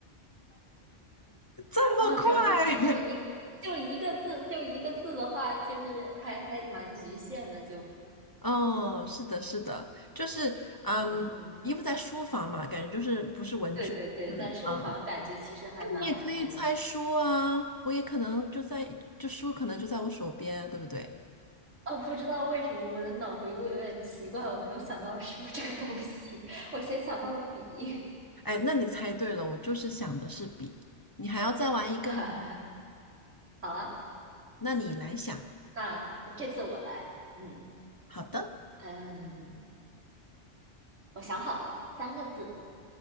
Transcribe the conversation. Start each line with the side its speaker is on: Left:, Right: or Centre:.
Left: <laughs> 这么快？
Right: 哦，主要是这就一个就一个字就一个字的话，就是还还蛮局限的，就
Left: <laughs> 嗯，是的，是的，就是嗯，
Right: 嗯，
Left: 衣服在书房嘛，感觉就是不是文具，
Right: 对对对，
Left: 是嗯，
Right: 在书房感觉其实还蛮好猜的。
Left: 那你也可以猜书啊，我也可能就在，就书可能就在我手边啊，对不对？
Right: 哦，不知道为什么我的脑回路有点奇怪，我没有想到书这个东西，<laughs> 我先想到了笔。
Left: 哎，那你猜对了，我就是想的是笔，你还要再玩一个吗？
Right: <laughs> 好啊，
Left: 那你来想，
Right: 那我这次我来，嗯
Left: 好的，
Right: 嗯，我想好了，三个字，